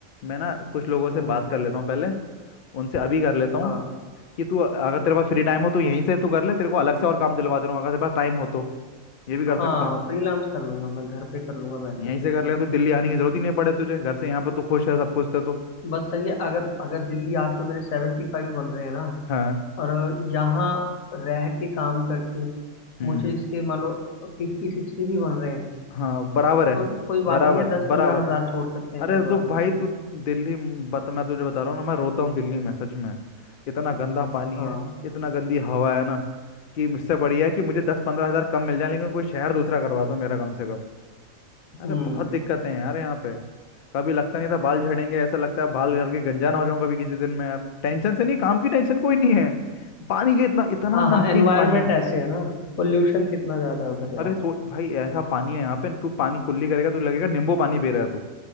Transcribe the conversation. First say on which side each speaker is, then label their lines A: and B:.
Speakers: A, on the left; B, on the left.
A: मैं ना कुछ लोगों से
B: हम्म
A: बात कर लेता हूँ पहले उनसे अभी कर लेता हूँ
B: हाँ
A: कि तू अगर तेरे पास फ्री टाइम हो तो यहीं से तू कर ले तेरे को अलग से और काम दिलवा दे रहा हूँ अगर तेरे पास टाइम हो तो ये भी कर
B: हाँ
A: सकता हूँ
B: फ्रीलांस कर लूंगा मैं घर पे कर लूंगा बैठ
A: यहीं
B: के सही
A: से कर
B: है
A: ले तो दिल्ली आने की जरूरत ही नहीं पड़े तुझे घर से यहाँ पर तू खुश है सब कुछ है तो
B: बस सही है अगर अगर दिल्ली आके मेरे सेवेंटी फाइव बन रहे हैं ना
A: हाँ
B: और यहाँ रह के काम करके
A: हम्म
B: मुझे इसके मान लो फिफ्टी सिक्सटी भी बन रहे हैं
A: हाँ बराबर है
B: तो कोई बात
A: बराबर
B: नहीं है दस
A: बराबर
B: पंद्रह हजार छोड़ सकते हैं
A: अरे
B: कोई
A: तो
B: बात
A: भाई
B: नहीं है
A: तू दिल्ली म, बता मैं तुझे बता रहा हूँ ना मैं रोता हूँ दिल्ली में सच में इतना गंदा पानी
B: हाँ
A: है इतना गंदी हवा है ना कि इससे बढ़िया है कि मुझे दस पंद्रह हजार कम मिल जाए लेकिन कोई शहर दूसरा करवा दो मेरा कम से कम अरे
B: हम्म
A: बहुत दिक्कतें हैं यार यहाँ पे कभी लगता नहीं था बाल झड़ेंगे ऐसा लगता है बाल घर के गंजा ना हो जाऊं कभी किसी दिन में यार टेंशन से नहीं काम की टेंशन कोई नहीं है पानी के इतना इतना
B: हाँ हाँ
A: नमकीन
B: एनवायरनमेंट
A: पानी है
B: ऐसे है ना पोल्यूशन कितना ज्यादा है उधर यार
A: अरे सोच भाई ऐसा पानी है यहाँ पे तू पानी कुल्ली करेगा तू लगेगा नींबू पानी पी रहा है तू